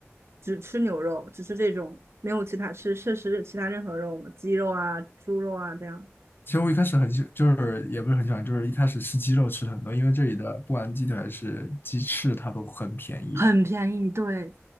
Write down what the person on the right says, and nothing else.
只吃牛肉，只吃这种，没有其他吃摄食其他任何肉吗？鸡肉啊、猪肉啊这样。
很便宜，对，